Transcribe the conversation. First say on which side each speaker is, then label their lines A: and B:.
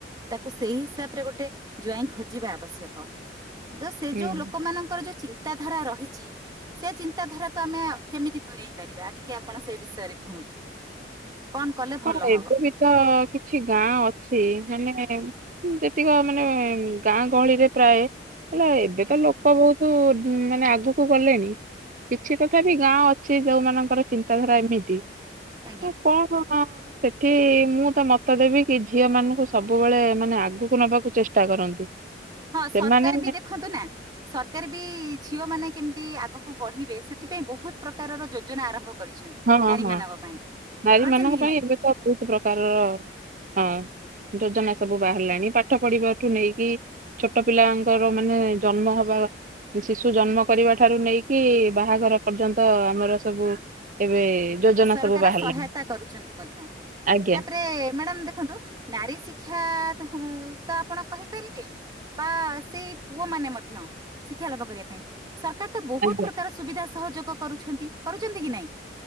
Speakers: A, on the right (about 25°); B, on the right (about 45°).
A: ତାକୁ ସେଇ ହିସାବ ରେ ଗୋଟେ ଜ୍ଆଇଁ ଖୋଜିବା ଆବଶ୍ୟକ ତ ସେ
B: ହୁଁ।
A: ଯୋଉ ଲୋକମାନଙ୍କର ଯୋଉ ଚିତା ଚିନ୍ତାଧାରା ରହିଛି ସେ ଚିନ୍ତାଧାରାକୁ ଆମେ କେମିତି ଦୂରେଇ ପାରିବା ଟିକେ ଆପଣ ସେ ବିଷୟରେ କୁହନ୍ତୁ କଣ କଲେ ଭଲ
B: ହଁ
A: ହବ?
B: ଏବେ ବି ତ କିଛି ଗାଁ ଅଛି ମାନେ ଯେତିକ ମାନେ ଗାଁ ଗହଳିରେ ପ୍ରାୟ ହେଲା ଏବେ
A: ଆଜ୍ଞା
B: ତ ଲୋକ ବହୁତ ତୁ ମାନେ ଆଗକୁ ଗଲେଣି କିଛି ତଥା ବିି ଗାଁ ଅଛି ଯୋଉମାନଙ୍କର ଚିନ୍ତାଧାରା ଏମିତି ନା
A: ଆଜ୍ଞା
B: କଣ ସେଠି ମୁଁ ତ ମତ ଦେବି କି ଝିଅ ମାନଙ୍କୁ ସବୁବେଳେ ମାନେ ଆଗକୁ ନବାକୁ ଚେଷ୍ଟା କରନ୍ତୁ
A: ହଁ ସରକାର
B: ସେମାନେ
A: ବି ଦେଖନ୍ତୁ ନା ସରକାର ବି ଝିଅ ମାନେ କେମିତି ଆଗକୁ ବଢିବେ ସେଥିପାଇଁ ବହୁତ ପ୍ରକାରର ଯୋଜନା ଆରମ୍ଭ କରିଛନ୍ତି
B: ହଁ
A: ନାରୀ
B: ହଁ
A: ମାନଙ୍କ ପାଇଁ
B: ନାରୀ
A: କରିଛନ୍ତି
B: ମାନଙ୍କ
A: କି
B: ପାଇଁ
A: ନାଇଁ
B: ଏବେ ତ ବହୁତ ପ୍ରକାରର ହଁ ଯୋଜନା ସବୁ ବାହାରିଲାଣି ପାଠ ପଢିବା ଠୁ ନେଇକି ଛୋଟ ପିଲାଙ୍କର ମାନେ ଜନ୍ମ ହବା ଶିଶୁ ଜନ୍ମ କରିବା ଠାରୁ ନେଇକି ବାହାଘର ପର୍ଯ୍ୟନ୍ତ ଆମର ସବୁ ଏବେ ଯୋଜନା
A: ସରକାର
B: ସବୁ ବାହାରିଲାଣି
A: ସହାୟତା କରୁଛନ୍ତି ମଧ୍ୟ
B: ଆଜ୍ଞା
A: ତାପରେ ମ୍ୟାଡାମ ଦେଖନ୍ତୁ ନାରୀ ଶିକ୍ଷା ତ ଆପଣ କହିପାରିବେ ବା ସେଇ ପୁଅ ମାନେ ମଧ୍ୟ ଶିକ୍ଷା ଲାଭ କରିବା ପାଇଁ ସରକାର ତ ବହୁତ
B: ଆଜ୍ଞା
A: ପ୍ରକାର ସୁବିଧା ସହଯୋଗ କରୁଛନ୍ତି କରୁଛନ୍ତି କି ନାଇଁ